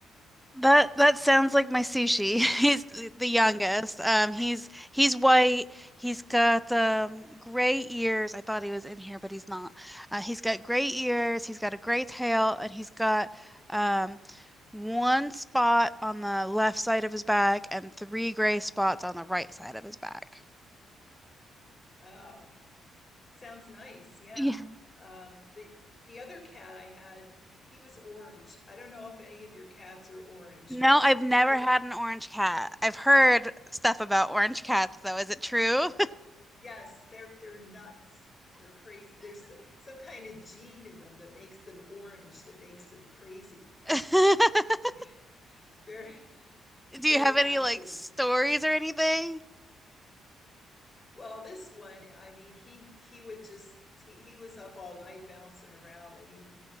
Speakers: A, in the centre; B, on the left.
A: That that sounds like my sushi. <laughs> He's the youngest.
B: <laughs>
A: Um, he's he's white. He's got um gray ears. I thought he was in here, but he's not. Uh, he's got gray ears. He's got a gray tail, and he's got um one spot on the left side of his back and three gray spots on the right side of his back.
B: Oh, sounds nice. Yeah.
A: <laughs> Yeah.
B: Um, the the other cat I had, he was orange. I don't know if any of your cats are orange,
A: No,
B: but
A: I've never
B: I
A: had an orange cat. I've heard stuff about orange cats, though. Is it true?
B: Yes, they're they're nuts. They're crazy. There's so- some kind of gene in them that makes them orange, that makes them crazy. <laughs>
A: <laughs>
B: Very,
A: Do
B: very
A: you have any
B: active.
A: like stories or anything?
B: Well, this one, I mean, he he would just he, he was up all night bouncing around. I mean,